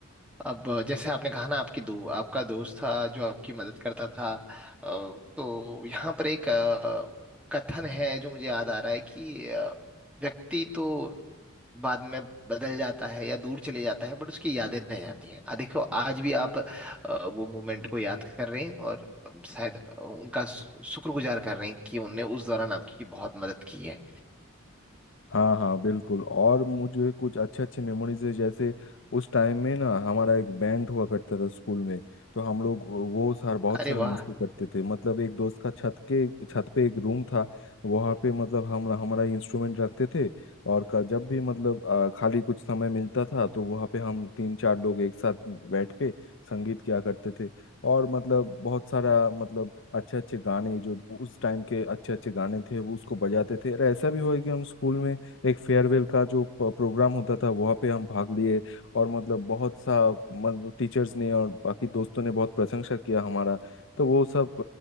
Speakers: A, in the centre; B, on the left.
A: अब जैसे आपने कहा ना आपकी दो आपका दोस्त था जो आपकी मदद करता था अ, तो यहाँ पर एक अ, कथन है जो मुझे याद आ रहा है कि अ, व्यक्ति तो बाद में बदल जाता है या दूर चले जाता है बट उसकी यादें रह जाती हैं आ देखो आज भी आप अ, वो मोमेंट को याद कर रहे हैं और अम, शायद अ, उनका शु- शुक्रगुजार कर रहे हैं कि उनने उस दौरान आपकी बहुत मदद की है
B: हाँ हाँ बिल्कुल और मुझे कुछ अच्छे अच्छे मेमोरीज है जैसे उस टाइम में ना हमारा एक बैंड हुआ करता था स्कूल में तो हम लोग वो वो सार बहुत
A: अरे
B: सारा
A: वाह
B: मस्ती करते थे मतलब एक दोस्त का छत के छत पे एक रूम था वहाँ पे मतलब हम हमारा इंस्ट्रूमेंट रखते थे और का, जब भी मतलब आ, खाली कुछ समय मिलता था तो वहाँ पे हम तीन चार लोग एक साथ बैठ के संगीत किया करते थे और मतलब बहुत सारा मतलब अच्छे अच्छे गाने जो उस टाइम के अच्छे अच्छे गाने थे वो उसको बजाते थे और ऐसा भी हुआ है कि हम स्कूल में एक फेयरवेल का जो प- प्रोग्राम होता था वहाँ पे हम भाग लिए और मतलब बहुत सा मतलब टीचर्स ने और बाकी दोस्तों ने बहुत प्रशंसा किया हमारा तो वो सब